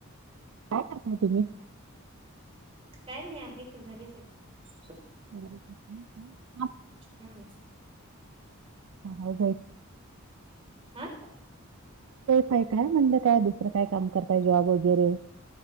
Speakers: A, on the right (about 80°); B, on the right (about 25°).
A: काय करताय तुम्ही
B: काय नाही आहेत की घरीच आहेत.
A: <inaudible>
B: हम्म
A: हा-होय बई
B: हा
A: फय काय म्हणलं काय दुसरं काय काम करताय जॉब वगैरे